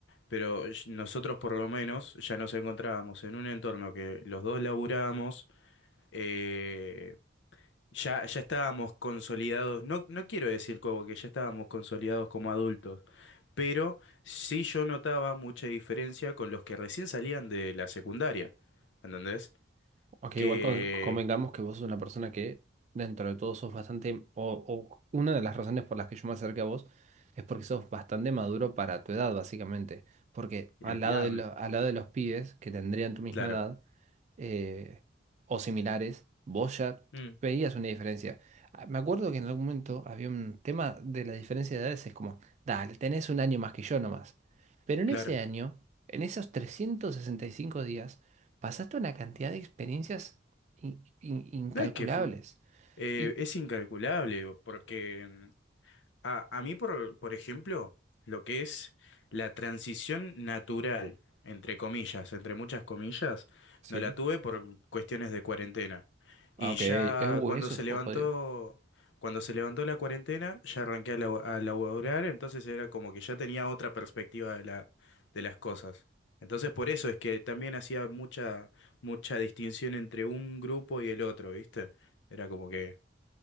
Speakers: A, on the left; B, on the right.
A: pero sh- nosotros por lo menos ya nos encontrábamos en un entorno que los dos laburábamos, eh, ya, ya estábamos consolidados, no, no quiero decir como que ya estábamos consolidados como adultos, pero sí yo notaba mucha diferencia con los que recién salían de la secundaria, ¿entendés?
B: Aunque
A: Que
B: igual con- convengamos que vos sos una persona que dentro de todo sos bastante, o, o una de las razones por las que yo me acerqué a vos es porque sos bastante maduro para tu edad, básicamente. Porque
A: el
B: al lado
A: diablo,
B: de, lo- al lado de los pibes que tendrían tu misma
A: claro,
B: edad eh, o similares, vos ya
A: mm,
B: veías una diferencia. Ah, Me acuerdo que en algún momento había un tema de la diferencia de edades, es como, dale, tenés un año más que yo nomás. Pero en
A: claro.
B: ese año, en esos 365 días, pasaste una cantidad de experiencias in- in- incalculables.
A: No es que fu- Eh,
B: Y
A: es incalculable, porque mm, a, a mí, por, por ejemplo, lo que es la transición natural, entre comillas, entre muchas comillas,
B: Sí.
A: no la tuve por cuestiones de cuarentena. Y
B: Ah, ok.
A: ya
B: Eh, uh,
A: cuando
B: eso
A: se
B: fue
A: levantó,
B: jodido.
A: cuando se levantó la cuarentena, ya arranqué a, labo- a laborar, entonces era como que ya tenía otra perspectiva de la, de las cosas. Entonces por eso es que también hacía mucha, mucha distinción entre un grupo y el otro, ¿viste? Era como que